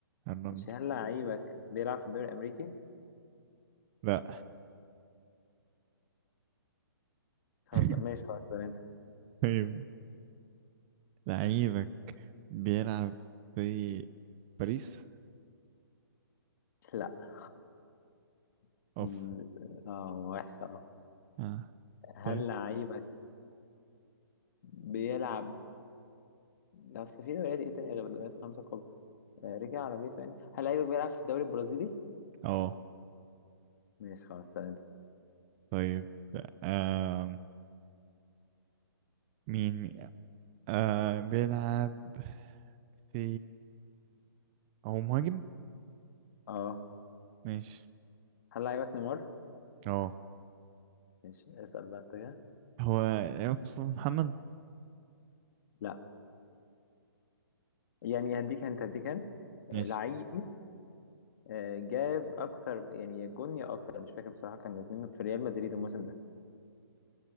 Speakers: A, on the right; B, on the left.
A: الرمضة
B: مش هل لعيبك بيلعب في الدوري الأمريكي؟
A: لا
B: خلاص
A: <laughs>
B: ماشي خلاص اسأل أنت
A: طيب لعيبك بيلعب في باريس
B: لا <laughs>
A: اوف
B: م- اه وحشة اه
A: اه
B: هل
A: طيب
B: لعيبك بيلعب لا اصل في دوريات ايه تانية غير الدوريات الخمسة الكبرى آه، رجع على بيته يعني هل لعيبك بيلعب في الدوري البرازيلي؟
A: اه
B: ماشي خلاص سأل انت
A: طيب آه. مين آه. بيلعب في هو مهاجم
B: اه
A: ماشي
B: هل لعيبك نيمار؟
A: اه
B: ماشي اسأل بقى انت كده
A: هو ايوب مصطفى محمد
B: لا يعني هديك انت هديك انت لعيبي
A: ماشي
B: آه، جاب اكتر يعني يا جون يا اكتر مش فاكر بصراحة كان الاثنين في ريال مدريد الموسم ده